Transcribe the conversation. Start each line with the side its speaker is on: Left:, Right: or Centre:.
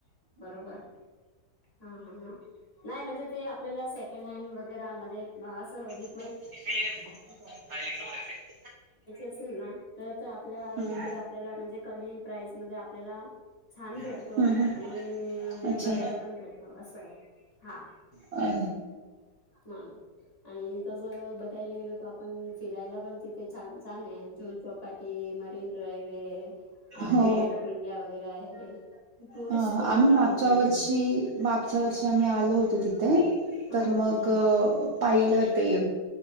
Left: बरोबर हा ह ह नाही म्हणजे ते आपल्याला सेकंड हँड वगैरे मध्ये असं विक
Right: <unintelligible>
Left: असेल ना तर आपल्या
Right: हम्म
Left: तिथे आपल्याला म्हणजे कमी प्राईज मध्ये आपल्याला छान भेटतो
Right: हम्म हम्म
Left: आणि म्हणजे
Right: अच्छा
Left: बघायला पण भेटतो असं आहे हा.
Right: अ
Left: हा आणि तस बघायला गेलोत आपण फिरायला पण तिथे छान छान आहे जुहू चौपाटी मरीन ड्राईव्ह आहे, आपले
Right: हो.
Left: गेट ऑफ इंडिया वगैरे आहे टुरिस्ट
Right: ह
Left: पॉइंट
Right: आम्ही
Left: पण
Right: मागच्या
Left: आहे म्हण
Right: वर्षि मागच्या वर्षी आम्ही आलो होतो तिथे
Left: हा
Right: तर
Left: हा
Right: मग
Left: हा हम्म
Right: पाहिलं ते